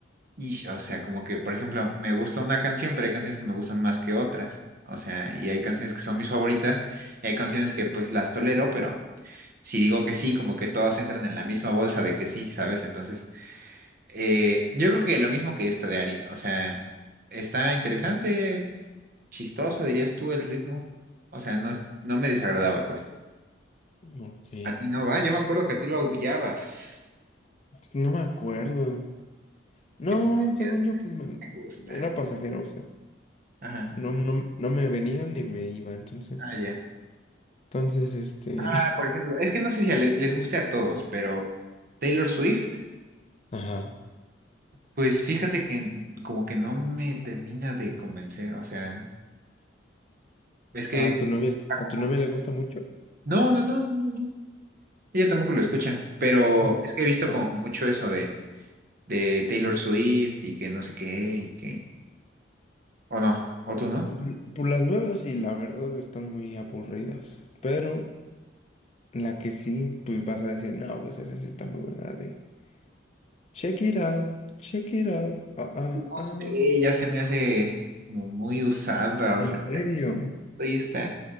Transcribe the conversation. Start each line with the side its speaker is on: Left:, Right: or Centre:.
Right: Y, o sea, como que, por ejemplo, me gusta una canción, pero hay canciones que me gustan más que otras. O sea, y hay canciones que son mis favoritas, y hay canciones que pues las tolero, pero si digo que sí, como que todas entran en la misma bolsa de que sí, ¿sabes? Entonces, eh, yo creo que lo mismo que esta de Ari. O sea, está interesante, chistosa, dirías tú, el ritmo. O sea, no es, no me desagradaba, pues.
Left: Ok.
Right: A ti no va, yo me acuerdo que a ti lo odiabas.
Left: No me acuerdo. No,
Right: Que te
Left: según
Right: decías,
Left: yo, pues, me-
Right: me gusta.
Left: era pasajero,
Right: Ajá.
Left: no, no, no me venía ni me iba, entonces,
Right: Ah, ya.
Left: entonces, este,
Right: Ah, por ejemplo, es que no sé si a le- les, guste a todos, pero Taylor Swift,
Left: <laughs> ajá,
Right: pues fíjate que como que no me termina de convencer, o sea, es que
Left: a tu novia,
Right: está
Left: a
Right: como...
Left: tu novia le gusta mucho.
Right: No, no, no, no, no. Ella tampoco lo escucha, pero
Left: Oye,
Right: es que he visto
Left: Ajá.
Right: como mucho eso de, de Taylor Swift y que no sé qué, y que... O no, o tú no.
Left: Por por las nuevas sí la verdad están muy aburridas, pero la que sí, pues vas a decir, no, pues esa sí está muy buena, la de Check It Out, Check It Out, ah, ah,
Right: No
Left: ah.
Right: sé, ya se me hace como muy usada, o
Left: ¿En
Right: sea,
Left: serio?
Right: hoy está...